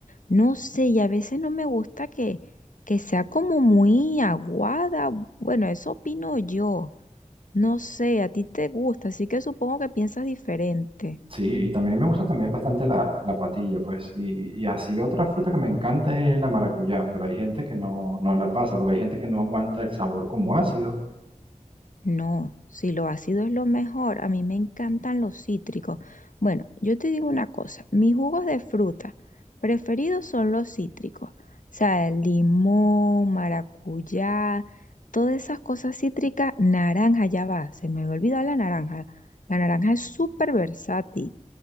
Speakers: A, on the left (about 80°); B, on the right (about 40°).
A: No sé, y a veces no me gusta que, que sea como muy aguada. Bueno, eso opino yo. No sé, a ti te gusta, así que supongo que piensas diferente.
B: Sí, y también me gusta también bastante la, la patilla, pues. Y, y así otra fruta que me encanta es la maracuyá, pero hay gente que no, no la pasa, porque hay gente que no aguanta el sabor como ácido.
A: No, si lo ácido es lo mejor, a mí me encantan los cítricos. Bueno, yo te digo una cosa, mis jugos de fruta preferidos son los cítricos. O sea, el limón, maracuyá, todas esas cosas cítricas, naranja, ya va, se me había olvidado la naranja. La naranja es súper versátil.